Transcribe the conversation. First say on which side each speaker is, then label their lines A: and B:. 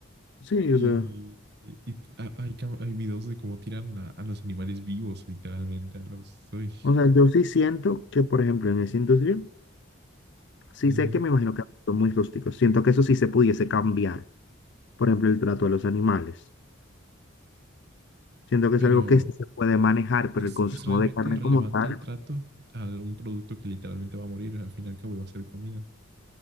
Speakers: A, on the left; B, on the right.
A: Sí,
B: Y,
A: o sea,
B: y- y ha- hay, ca- hay videos de cómo tiran a, a los animales vivos, literalmente, a los. uy.
A: o sea, yo sí siento que, por ejemplo, en esa industria, sí
B: Ujú.
A: sé que me imagino que son muy rústicos, siento que eso sí se pudiese cambiar, por ejemplo, el trato a los animales. Siento que
B: pero
A: es algo que sí se puede manejar, pero
B: ¿es,
A: el consumo
B: es realmente
A: de carne
B: relevante
A: como tal,
B: el trato a un producto que literalmente va a morir? Al fin y al cabo iba a ser comida.